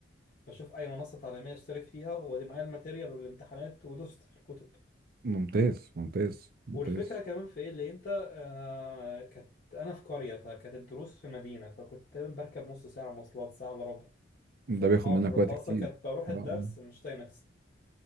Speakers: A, on the left; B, on the right.
A: بشوف اي منصه تعليميه اشترك فيها وادي معايا الماتيريال والامتحانات ودوست في الكتب
B: ممتاز ممتاز ممتاز
A: والفكرة كمان في ايه اللي انت آه كانت انا في قرية فكانت الدروس في مدينة فكنت تقريبا بركب نص ساعة مواصلات ساعة الا ربع وفي
B: ده
A: الحر
B: بياخد منك وقت
A: فاصلا
B: كتير
A: كانت بروح الدرس
B: اه آه.
A: مش طايق نفسي